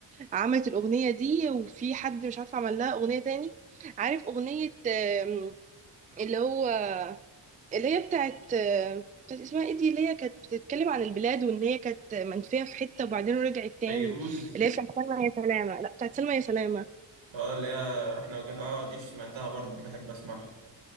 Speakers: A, on the right (about 20°); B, on the right (about 80°).
A: عملت الأغنية دي وفي حد مش عارفة عمل لها أغنية تاني عارف أغنية آم، اللي هو اللي هي بتاعت آم، بتاعت اسمها ايه دي اللي هي كانت بتتكلم عن البلاد وان هي كانت منفية في حتة وبعدين رجعت تاني
B: فيروز
A: اللي هي بتاعت سلمى يا سلامة لا بتاعت سلمى يا سلامة
B: اه اللي هي رحنا وجينا اه دي سمعتها برضه دي بحب اسمعها